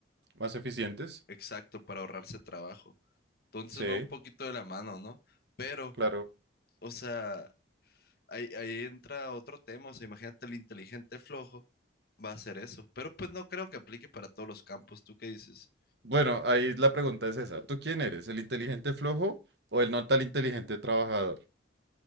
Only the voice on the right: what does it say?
¿Más eficientes?
Sí,
claro.
Bueno, ahí la pregunta es esa. ¿Tú quién eres? ¿El inteligente flojo o el no tan inteligente trabajador?